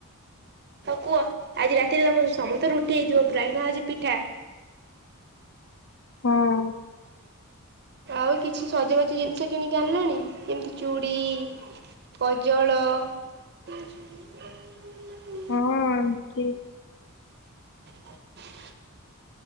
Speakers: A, on the right; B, on the left.
A: ହଉ କୁଅ ଆଜି ରାତିରେ ତମର ସମସ୍ତେ ରୁଟି ହେଇଥିବ ପ୍ରାୟେ ନା ଆଜି ପିଠା।
B: ହଁ।
A: ଆଉ କିଛି ସଜବାଜ ଜିନିଷ କିଣିକି ଆଣିଲଣି ଯେମିତି ଚୁଡ଼ି କଜଳ କଜଳ ଲାଗେ
B: ହଁ କି
A: <inaudible>